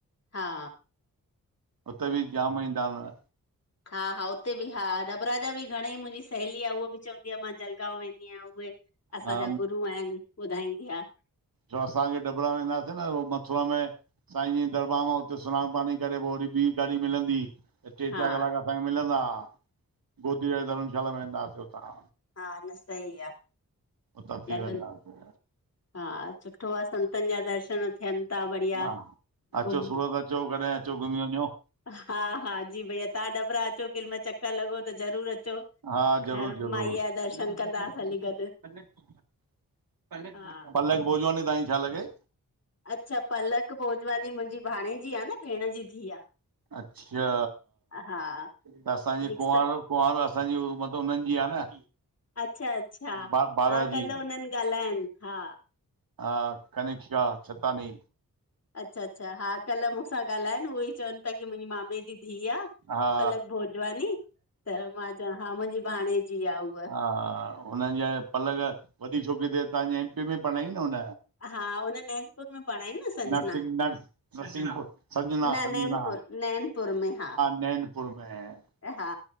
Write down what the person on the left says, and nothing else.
हा
हा हा उते बि हा नबराजा बि घणेई मुंहिंजी सहेली आह उहा बि चवंदी आहे मां जलगांव वेंदी आहियां उहे असांजा
गुररु आहिनि ॿुधाईंदी आह
हा
हा न सईी आहे
लॻनि
हा सुठो आहे संतनि जा दर्शन थियनि ता बढ़िया
घुम
हा हा जी भईया तव्हां डबरा अचो कॾहिमाल चकर लॻो त ज़रूरु अचो
घर
माईअ जा दर्शन कंदासीं हली गॾु
हा
अच्छा पलक भोजवानी मुंहिंजी भाणे जी आहे न भेण जी धीउ आहे
हा
दीक्षा
अच्छा अच्छा
हा कल्ह हुनन ॻाल्हाइन हा
अच्छा अच्छा हा कल्ह मूसां ॻाल्हाइन उहो ई चवन पया की मुहिजें मामे जी धीउ आ
पलक भोजवानी त मां चवां हा मुहिंजी भाणेजी आ उव
हा हुन नैनपुर मे पंढ़ाईं न संजना
न
नैनपुर नैनपुर मे हा
हा